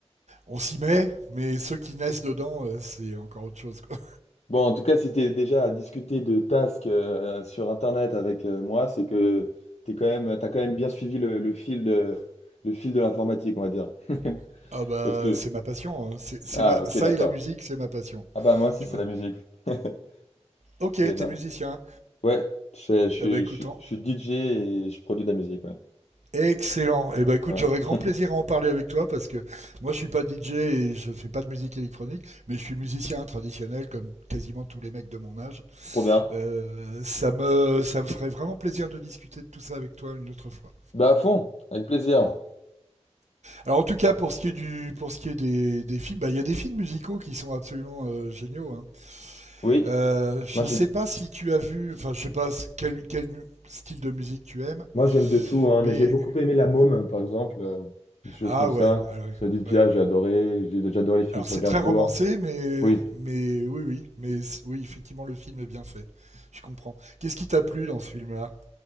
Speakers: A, on the right; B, on the left.
A: On s'y met, mais ceux qui naissent dedans, euh, c'est encore autre chose. quoi.
B: Bon, en tout cas, si tu es déjà à discuter de tasks euh, sur Internet avec euh, moi, c'est que tu quand même, t'as quand même bien suivi le, le fil de, le fil de l'informatique, on va dire. <laughs>
A: <laughs> Ah bah,
B: Parce que...
A: c'est ma passion. hein. C'est, c'est
B: Ah,
A: ma...
B: ok,
A: Ça
B: d'accord.
A: et la musique, c'est ma passion,
B: Ah bah moi aussi,
A: tu
B: c'est
A: vois.
B: la musique. <laughs>
A: Ok,
B: C'est énorme.
A: t'es musicien.
B: Ouais, je, fais- je, suis
A: Eh ben écoute,
B: je suis-
A: en-
B: je suis DJ et je produis de la musique, ouais.
A: Excellent. Eh ben écoute,
B: Ouais.
A: j'aurais grand plaisir à en parler avec toi parce que moi je suis pas DJ et je fais pas de musique électronique, mais je suis musicien traditionnel comme quasiment tous les mecs de mon âge.
B: <laughs> Trop bien.
A: Euh, ça me ça me ferait vraiment plaisir de discuter de tout ça avec toi une autre fois.
B: Bah à fond, avec plaisir.
A: Alors en tout cas pour ce qui est du pour ce qui est des, des films, bah, il y a des films musicaux qui sont absolument euh, géniaux. Hein.
B: Oui,
A: Euh, je
B: moi j'ai
A: sais pas si tu as vu, enfin je sais pas quel quel mu- style de musique tu aimes,
B: Moi, j'aime de tout, hein,
A: mais
B: mais j'ai beaucoup aimé La Môme, par exemple, euh, des choses
A: ah
B: comme ça.
A: ouais, ah ouais.
B: Ça dit Pia,
A: Ouais.
B: j'ai adoré. J'ai déjà adoré les films
A: Alors
B: sur
A: c'est
B: Gainsbourg.
A: très romancé, mais,
B: Oui,
A: mais oui, oui, mais c- oui, effectivement, le film est bien fait. Je comprends. Qu'est-ce qui t'a plu dans ce film-là